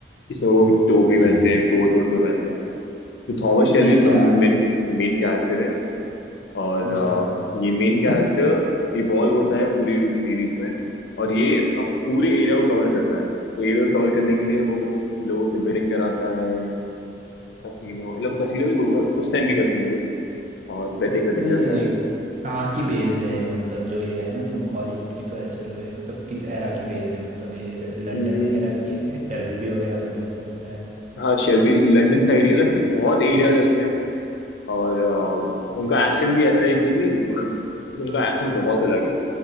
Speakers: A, on the left; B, on the right.
A: इसमें वो टोपी
B: ठीक
A: पहनते
B: है
A: हैं कोट वोट में पहनते हैं तो थॉमस शेल्बी
B: तो ये क्या
A: इसका मेन मेन कैरेक्टर है और
B: अच्छा
A: अ,
B: तो
A: ये मेन कैरेक्टर इवॉल्व होता है पूरी सीरीज में और ये अब पूरे एरिया को कवर करता है तो एरिया को कवर करने के लिए वो लोगों से बेटिंग कराता है कसिनो मतलब कसिनो भी बोलूंगा उस टाइम के कसिनो और बेटिंग वेटिंग
B: तो ये
A: करता है
B: कहाँ की बेस्ड है ये? मतलब जो ये है ना तुम हॉलीवुड की तो है चलो ये मतलब किस एरा की बेस्ड है मतलब ये लंदन
A: हम्म,
B: वगैरह की है क्या सेल्बी वगैरह तो वहीं होता था शायद
A: हाँ शेल्बी लंदन साइड मतलब बहुत एरियाज है उसमें और अ, उनका एक्सेंट भी ऐसा है कि नहीं अ, उनका एक्सेंट बहुत अलग है